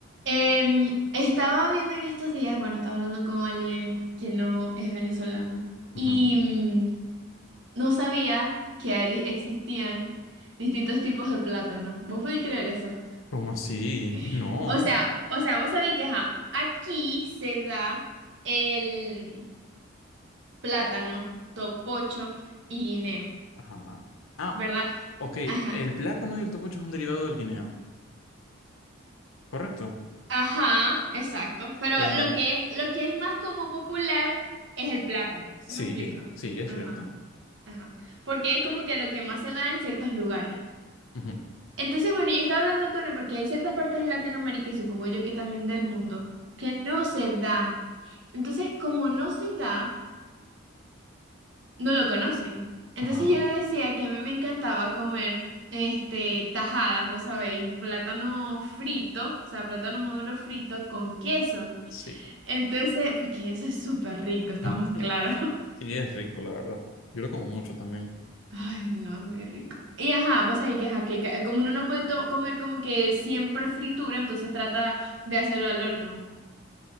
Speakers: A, on the right; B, on the left.
A: Em, estaba viendo en estos días, bueno, estaba hablando con alguien que no es venezolano
B: Ujú.
A: y mm, no sabía que hay di- existían distintos tipos de plátano. ¿Vos podés creer eso?
B: ¿Cómo así?
A: <laughs>
B: No.
A: O sea, o sea, vos sabés que ajá, aquí se da el plátano, topocho y guineo,
B: Ajá. Ah,
A: ¿verdad?
B: ok.
A: Ajá.
B: El plátano y el topocho es un derivado del guineo, ¿correcto?
A: Ajá, exacto. Pero
B: Bueno,
A: lo que, lo que es más como popular es el plátano. ¿Sí
B: sí,
A: me explico?
B: sí, es
A: Ajá.
B: cierto.
A: Ajá, porque es como que lo que más se da en ciertos lugares.
B: Ujú,
A: Entonces, bueno, yo estaba hablando con él porque hay ciertas partes de Latinoamérica y supongo yo que también del mundo que no se da. Entonces, como no se da, no lo conocen. Entonces
B: Ajá.
A: yo le decía que a mí me encantaba comer este tajadas, vos sabéis, plátano frito, o sea, plátano maduro frito con queso.
B: Sí.
A: Entonces, porque eso es súper rico, estamos
B: <laughs>
A: claros.
B: Sí, es rico, la verdad. Yo lo como mucho también.
A: Ay, no, es muy rico. Y ajá, vos sabés que, ajá, que ca- como uno no puede to- comer como que siempre fritura, entonces trata de hacerlo al horno.